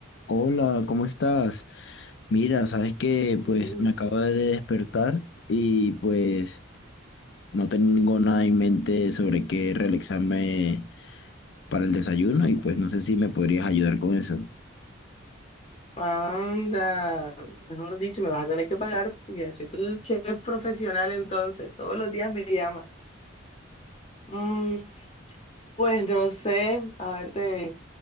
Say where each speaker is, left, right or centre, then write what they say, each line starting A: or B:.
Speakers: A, on the left; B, on the left.
A: Hola, ¿cómo estás? Mira, sabes que
B: Bien,
A: pues me
B: bien.
A: acabo de despertar y pues no tengo nada en mente sobre qué realizarme para el desayuno y pues no sé si me podrías ayudar con eso.
B: Anda, mejor dicho, me vas a tener que pagar porque así tú chef profesional entonces, todos los días me llamas. Mm, pues no sé, a verte,